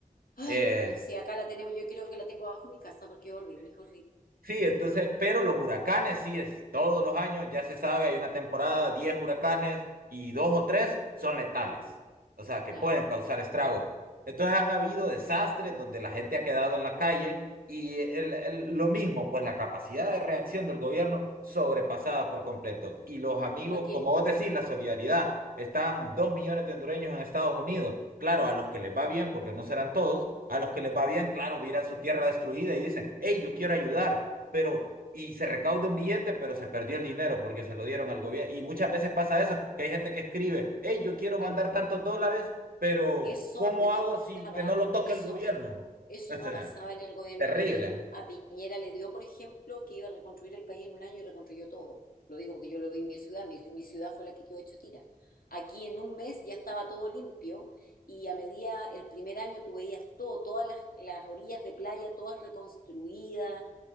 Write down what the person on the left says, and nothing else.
Ay,
Dios mío, sí, acá la tenemos, yo creo que la tengo abajo en mi casa porque es horrible, es horrible.
Claro.
Lo que,
bueno,
eso
no
pasaba,
eso,
eso
no
pasaba en el gobierno
de Piñera. A Piñera le dio, por ejemplo, que iba a reconstruir el país en un año y reconstruyó todo. Lo digo porque yo lo vi en mi ciudad, mi, mi ciudad fue la que quedó hecho tira. Aquí en un mes ya estaba todo limpio y a medida, el primer año tú veías todo, todas las, las orillas de playa, todas reconstruidas,